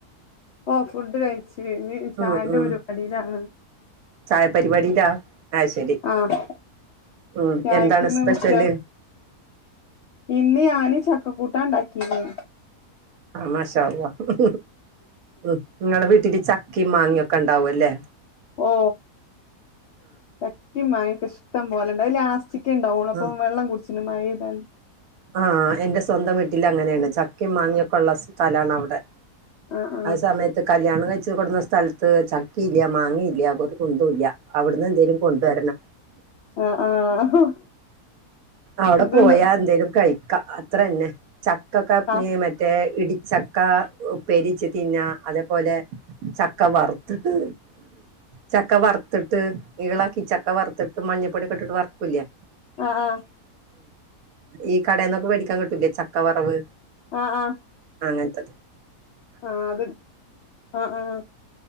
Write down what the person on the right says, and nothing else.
ഉം ഉം
ചായ പരിപാടിയിലാ അത് ശരി
ഉം
എന്താണ് സ്പെഷ്യല്
ആഹ് മഷാ അള്ളാഹ് ഉം ഇങ്ങളെ വീട്ടില് ചക്കിം മാങ്ങ്യക്ക് ക്കെ ഇണ്ടാവൊ ല്ലേ
ഉം
ആഹ് എന്റെ സ്വന്തം വീട്ടില് അങ്ങനെണ് ചക്കി മാങ്ങ്യെക്കെ ഇള്ള സ്ഥലാണ് അവിടെ
ആ സമയത്ത് കല്യാണം കഴ ച്ച് കൊടുന്ന സ്ഥലത്ത് ചക്കില്ല മാങ്ങീല്ല ഒരു കുന്തൂല്ല അവിട്ന്ന് എന്തേലും കൊണ്ടുവരണം
അവടെ
<unintelligible> പോയാ എന്തേലും കഴിക്ക അത്രന്നെ ചക്കൊക്കെ
നെ മറ്റേ ഇടിച്ചക്ക ഉപേര്യച്ച് തിന്ന അതേപോലെ ചക്ക വറുത്ത്ട്ട് ചക്ക വറത്തിട്ട് ഈളാക്കി ചക്ക വറത്തിട്ട് മഞ്ഞപ്പൊട്യക്കെ ഇട്ടിട്ട് വറക്കുലെ
ഈ കടേന്നൊക്കെ വേടിക്കാൻ കിട്ടൂലേ ചക്കവറവ്
അങ്ങൻത്തത്